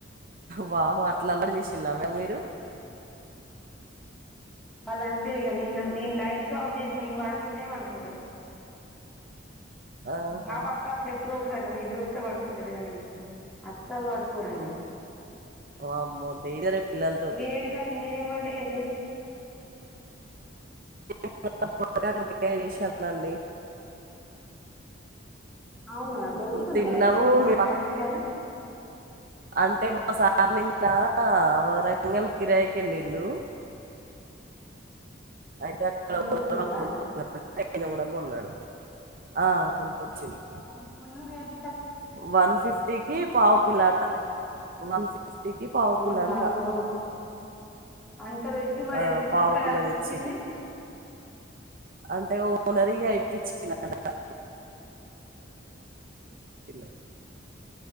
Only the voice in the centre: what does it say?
వాళ్ళు అంతే ఇగ నేను నేన్ లైట్స్ ఆఫ్ చేసి నేన్ పడుకుంటేనే పడుకుంటారు
మా పాప అప్పుడప్పుడు ఎప్పుడో ఒకసారి అట్ల నిద్రొస్తే పడుకుంటది గానీ అస్సలు పడుకోరండి
బియ్య కర్రీ మీరేం వంట చేసిరు
అవునా దొరుకుతున్నాయా
ఇప్పుడు బోడకాకరకాయలు
ఆహా
కొనుక్కొచ్చిందా
కానీ ఫుల్లు రేటు
ఓరి
నాయనో అంత పెట్టి మరి
ఎందుకు
కొనుక రావాల్సి
వచ్చింది